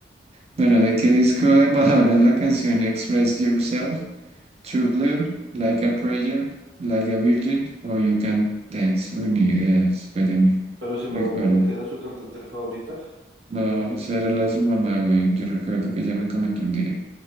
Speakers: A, on the right; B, on the right.
A: Bueno, ¿de qué disco de Madonna es la canción Express Yourself? True Blue, Like a Prayer, Like a Virgin o You Can Dance. Uy, ni idea, espéreme.
B: Pero si Madonna
A: recuerda
B: no queda su cantante favorita.
A: No, esa era la de su mamá, güey. Yo recuerdo que ella me comentó un día.